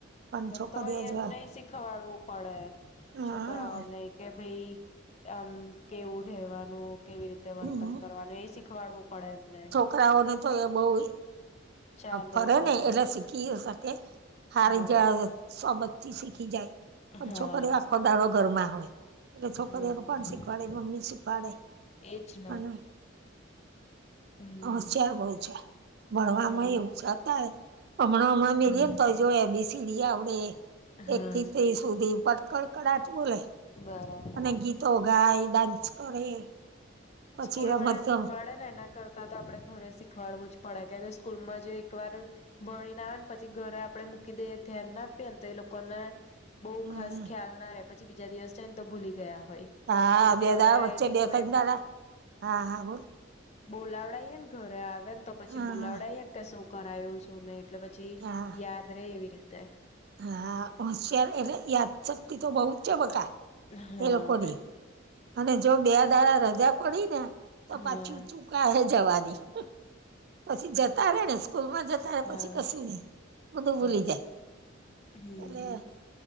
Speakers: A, on the right (about 55°); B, on the left (about 35°).
A: પણ છોકરીઓ
B: તો એ
A: જ
B: એમનેય સીખવાડવું પડે
A: હા
B: છોકરાઓને, કે ભઈ આમ કેવું રહેેવાનું, કેવી રીતે
A: હમ
B: વર્તન કરવાનું એય શીખવાડવું પડે એમને
A: છોકરાઓ ને તો એ બહુ જ
B: ચાલ્યા
A: ફરે
B: કરે
A: ને એટલે સીખી યે સકે. હારી
B: હા
A: જાય, સોબતથી સીખી જાય પણ
B: હા
A: છોકરીઓ આખો દાડો ઘરમાં હોય. એટલે છોકરીનું
B: ના
A: કોણ
B: સાચી
A: સીખવાડે?
B: વાત
A: મમ્મી જ સીખવાડે.
B: એજ ને
A: અને હ,
B: હમ
A: હોસિયાર હોય છે ભણવા
B: હા
A: એવું જતા, હમણાં અમારે મેલીને
B: હા
A: તો જો એ બી સીડી આવડે
B: હા
A: એક થી ત્રીસ સુધી પટ કડકડાટ બોલે.
B: બરાબર
A: ને ગીતો ગાય, ડાન્સ કરે, પછી
B: સ્કૂલવાળા
A: રમત ગમ
B: સીખવાડે? ને એના કરતા તો આપડે ઘરે સીખવાડવુ જ પડે, કેદે સ્કૂલમાં જ એકવાર ભણીન આવે ન પછી, ઘરે આપડે મૂકી દઈએ, ધ્યાન ના આપીએન, તો એ લોકોને બઉ
A: હમ
B: ખાસ ખ્યાલ ના રહેે. પછી બીજા દિવસ જાય ને તો ભૂલી ગયા હોય.
A: હા,
B: એટલે
A: બે
B: ઘરે
A: દાડા
B: આવીને
A: વચ્ચે બેક
B: એનું
A: જ દાર, હા, હા બોલ
B: બોલાવડાઈએન, ઘરે આવે ન તો પછી
A: હા
B: બોલાવડાઇએ ને કે સુ કરાયું, સુ નહી એટલે પછી,
A: હા
B: યાદ રે એવી રીતે
A: હા, હોશિયાર એટલે યાદસક્તિ તો બહુ જ છે, બકા!
B: હા
A: એ લોકોની અને જો બે દાડા રજા પડી ને, તો
B: હા
A: પાછું ચૂકાહે જવાની. પછી જતા રે ને, સ્કૂલ માં જતા હોય
B: હા
A: પછી કશું નહી, બધું ભૂલી
B: બરાબર
A: જાય
B: હમ
A: અને